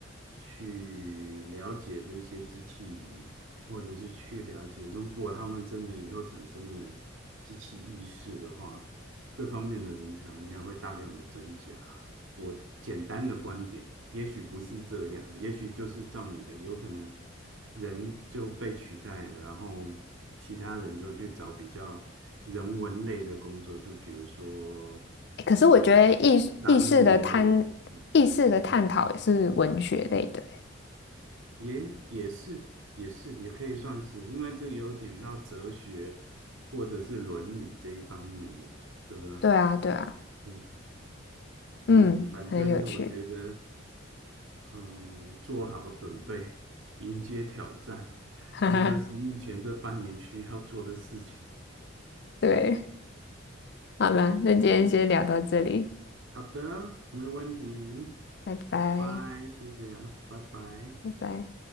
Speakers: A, on the right; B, on the left.
A: 去了解这些机器语言，或者是去了解，如果他们真的以后产生了机器意识的话，这方面的人才应该会大量的增加。我简单的观点，也许不是这样，也许就是照你的，有可能人就被取代了，然后其他人就去找比较人文类的工作，就比如说
B: 欸可是我觉得意识意识的探意识的探讨也是文学类的欸，
A: 呃商业类的，嗯，对，也也是也是也可以算是，因为这有点叫哲学或者是伦理这一方面的，对不对？
B: 对啊，对啊，
A: 嗯嗯，
B: 嗯，
A: 反正我觉得。
B: 很有趣，
A: 嗯，做好准备，迎接挑战，<laughs>
B: <laughs> 哈哈，
A: 这就是目前这半年需要做的事情。
B: 对，好了，那今天先聊到这里，
A: 嗯，好的，没有问题。
B: 拜拜，
A: 拜，苏菲亚，拜拜。
B: 拜拜。